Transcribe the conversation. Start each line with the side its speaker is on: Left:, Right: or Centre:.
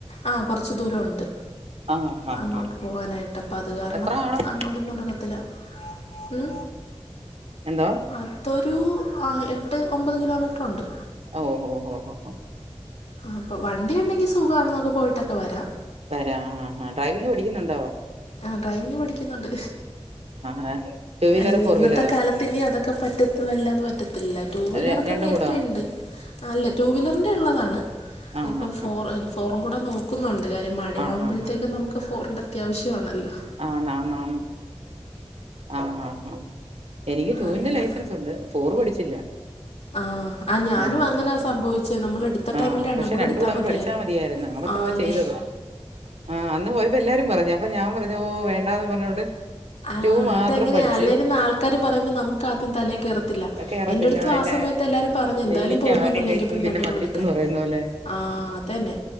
Left: ആഹ് കൊറച്ചു ദൂരം ഉണ്ട്.
Right: ആഹ് ആഹ്
Left: അങ്ങോട്ട്
Right: ആഹ്
Left: പോവാനായിട്ട് അപ്പ അത് കാരണം
Right: എത്ര കാണും
Left: അ അതു നടക്കത്തില്ല ഉം
Right: എന്തോ
Left: അതൊരു ആഹ് എട്ട് ഒമ്പത് കിലോമീറ്ററ് ഒണ്ട്
Right: ഓഹോ ഹോ ഹോ
Left: അപ്പ വണ്ടിണ്ടെങ്കി സുഖാണ് നമ്ക്ക് പോയിട്ടക്കെ വരാ
Right: വരാ ആഹ് ആഹ് ഡ്രൈവിംങ് പഠിക്യുന്നുണ്ടോ
Left: ആഹ് ഡ്രൈവിങ് പഠിക്യുന്നുണ്ട്
Right: <unintelligible>
Left: ആഹ് ഇന്യന്നത്തെ
Right: വീലറോ
Left: കാലത്ത് ന്നി അതൊക്കെ പറ്റത്തു വല്ലാംന്ന് പറ്റത്തില്ല റ്റൂവീലറൊക്കെ
Right: ര രണ്ടും
Left: നേര്ത്തെണ്ട്
Right: കൂടോ
Left: അല്ല റ്റൂവീലർൻ്റെ ള്ളതാണ്
Right: ആഹ്
Left: ഇപ്പ
Right: ആഹ്
Left: ഫോർ ഫോറും കൂടെ നോക്കുന്നുണ്ട് കാര്യം മഴയാമ്പഴ്ത്തേക്കും
Right: ആഹ് ആഹ്
Left: നമുക്ക് ഫോറിൻ്റെ ത്യാവശ്യാണല്ലോ
Right: ആന്ന് ആന്ന് ആന്ന് ആഹ് ആഹ് ആഹ് എനിക്ക് റ്റൂവിന്റെ
Left: അങ്ങനെ
Right: ലൈസൻസുണ്ട് ഫോറ് പഠിച്ചില്ല
Left: ആഹ് ആ ഞാനും
Right: ആഹ്
Left: അങ്ങനെ സംഭവ്ച്ചേ നമ്മൾട്ത്ത് ത്ത
Right: ആഹ്
Left: ടൈമിൽ രണ്ടും
Right: പക്ഷെ
Left: കൂടെ ട്ത്താ
Right: അങ്ങ്
Left: മതിയാര്ന്നു
Right: പഠിച്ചാ മതിയായിരുന്നു അബദ്ധവാ
Left: ആന്നേ
Right: ചെയ്തത് ആഹ് അന്ന് പോയപ്പോ എല്ലാരും പറഞ്ഞു അപ്പൊ ഞാൻ പറഞ്ഞ് ഓ വേണ്ടാന്ന് പറഞ്ഞോണ്ട്
Left: ആഹ്
Right: ടു മാത്രം
Left: അതങ്ങനെയാ
Right: പഠിച്ച്
Left: അല്ലേലും ന്നാൾക്കാര് പറിമ്പോ നമുക്ക് ആദ്യം തലേ കേറത്തില്ല
Right: കേറത്തില്ല
Left: എന്റടുത്തു
Right: അല്ല
Left: ആ സമയത്ത് എല്ലാരും പറഞ്ഞു എന്തായാലും
Right: നെല്ലിക്ക
Left: പോകുന്നുണ്ടല്ലോ
Right: ആദ്യം കഴിക്കും
Left: എങ്കി പിന്നെ രണ്ടു
Right: മധുരിക്കുംന്ന്
Left: ങ്കൂടെ ട്ക്കാൻ
Right: പറയുന്ന പോലെ
Left: ആഹ് അതന്നെ